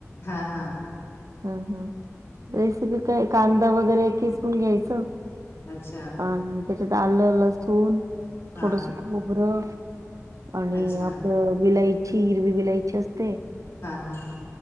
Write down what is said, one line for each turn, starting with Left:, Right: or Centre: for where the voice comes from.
Left: हा हा
Right: हा हा रेसिपी काय कांदा वगैरे खिचवून घ्यायचं
Left: अच्छा
Right: आणि त्याच्यात आलं लसूण
Left: हा
Right: थोडस ख र आणि
Left: अच्छा
Right: आपलं विलायची हिरवी विलायची असते
Left: हा हा हा